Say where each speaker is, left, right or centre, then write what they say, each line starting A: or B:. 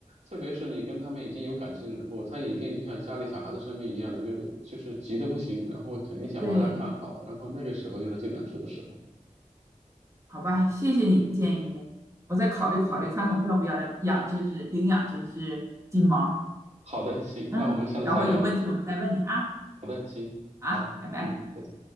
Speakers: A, on the right; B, on the right.
A: 特别是你跟他们已经有感情以后，它一定就像家里小孩的生病一样的，就是就是急得不行，然后肯定想把它看好，
B: 对，
A: 然后那个时候就是最难受的时候。
B: 好吧，
A: 嗯，
B: 谢谢你的建议，我再考虑考虑看看我要不要养这只领养这只金毛儿
A: 好的，行，
B: 嗯，
A: 那我们下次再聊。
B: 然后有问题我再问你啊
A: 好的，行，
B: 啊，
A: 好，
B: 拜拜。
A: 嗯，再见。